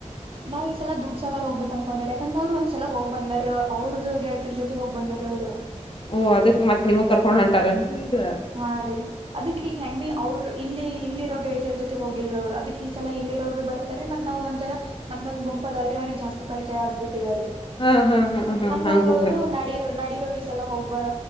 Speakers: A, on the right (about 50°); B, on the left (about 45°).
A: ನಾವ್ ಈ ಸಲ ದೂಡ್ಡ ಸಾಗರ್ ಹೋಗ್ಬೇಕಕ್ ಅನ್ಕೊಂಡ್ವ್ರ ಯಾಕಂದ್ರೆ ಅವರು ಒಂದಸಲ ಹೋಗ್ ಬಂದಾರಿ ಅವ್ರದ ಗೆಳತಿ ಜೊತೆ ಹೋಗ್ ಬಂದಾರಿ ಅವರು
B: ಓ ಅದಕ್ ಮತ್ ನಿಮಗ್ ಕರ್ಕೊಂಡ್ ಹೊಂಟಾರನ್ರಿ ಈಗ
A: ಆ ರಿ ಅದಕ್ ಈ ಹೆಂಗ ಬಿ ಅವ್ರು ಇಲ್ಲಿ ಇಲ್ಲಿ ಇರೋ ಗೆಳತರ ಜೊತೆ ಹೋಗಿಲ್ರ ಅವರು ಅದಕ್ ಈ ಸಲ ಇಲ್ಲಿರೋರು ಬಿ ಬರ ಮತ್ತ ನಾವು ಒಂಥರ ನಮ್ಮದೊಂದ ಗುಂಪ ಅದಲ್ರಿ ಅವ್ರಿಗೆ ಜಾಸ್ತಿ ಪರಿಚಯ ಆಗ್ಬಿಟ್ಟಿದ್ರೆ
B: ಹಾ ಹಾ ಹಾ ಹಾ
A: ಹಂಗಾಗಿ
B: ಹಂಗ ಹೋಗ್ಬೇಕು
A: ಅವರು ನಡಿರೂ ನಡಿರೋ ಈ ಸಲ ಹೋಗ್ ಬರ್